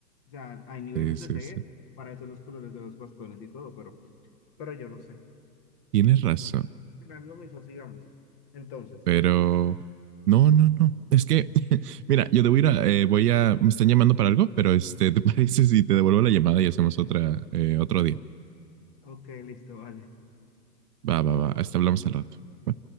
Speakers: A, on the left; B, on the right.
A: O sea, hay niveles
B: Sí, sí,
A: de ceguera,
B: sí.
A: para eso los colores de los bastones y todo, pero, pero yo no sé. Al
B: Tienes razón,
A: final, lo mismo, sigamos. Entonces,
B: pero no, no, no. Es que, <laughs> mira, yo debo ir a, eh, voy a, me están llamando para algo, pero este, <laughs> ¿te parece si te devuelvo la llamada y hacemos otra, eh, otro día?
A: ok, listo, vale.
B: Va, va, va. Hasta hablamos al rato. ¿va?